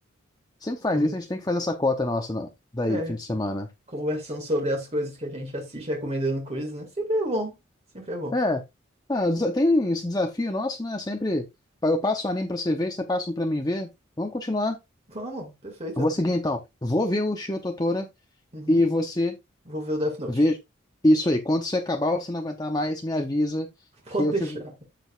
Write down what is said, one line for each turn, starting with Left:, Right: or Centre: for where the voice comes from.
Left: Sempre faz
Right: Conver-
Left: isso, a gente tem que fazer essa cota nossa na- daí,
Right: é,
Left: do fim de semana.
Right: Conversando sobre as coisas que a gente assiste, recomendando coisas, né? Sempre é bom. Sempre é bom.
Left: É. Ah, desa- tem esse desafio nosso, né? Sempre pa- eu passo o anime pra você ver, você passa um pra mim ver. Vamos continuar.
Right: Vamos, perfeita.
Left: Eu vou seguir então. Vou ver o Shio Totora
Right: Uhum.
Left: e você
Right: Vou ver o Death Note.
Left: vê isso aí. Quando você acabar ou você não aguentar mais, me avisa
Right: <laughs> Pode
Left: que eu te,
Right: deixar.